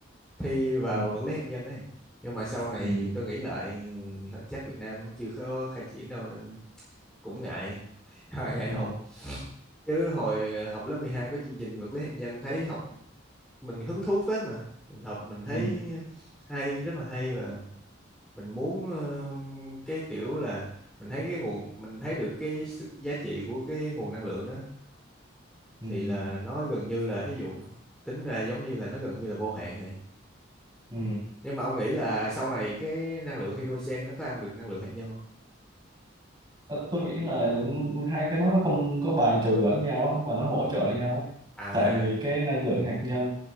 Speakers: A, in the centre; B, on the right.
A: thi vào
B: ừ.
A: vật lý hạt nhân ấy nhưng mà sau này
B: Ừ.
A: tôi nghĩ lại ừ, chắc Việt Nam chưa có khai triển đâu nên cũng ngại <laughs> ngại
B: Ừ.
A: học chứ hồi ờ, học lớp 12 có chương trình vật lý hạt nhân thấy học mình hứng thú phết mà mình học mình thấy
B: Ừ.
A: hay rất là hay và mình muốn ờ, cái kiểu là mình thấy cái nguồn mình thấy được cái sức giá trị của cái nguồn năng lượng đó
B: ừ,
A: thì là nó gần như là thí dụ tính ra giống như là nó gần như là vô hạn rồi
B: ừ.
A: nhưng mà ông nghĩ là sau này cái năng lượng hydrogen nó có ăn được năng lượng hạt nhân không
B: Ờ, tôi nghĩ là hai cái đó nó không có bài trừ lẫn nhau á, mà nó hỗ trợ nhau á.
A: à
B: tại vì cái năng lượng hạt nhân